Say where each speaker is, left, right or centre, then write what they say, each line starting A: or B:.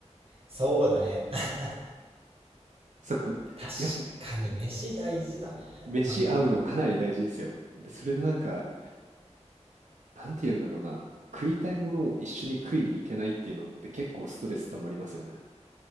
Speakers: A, on the right; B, on the right.
A: そうだね。<laughs>
B: そっか。
A: 確かに飯大事だね。
B: やっぱ、飯合うのかなり大事ですよ。
A: うん。
B: で、それでなんか、なんて言うんだろうな。食いたいものを一緒に食いに行けないっていうのって結構ストレス溜まりますよね。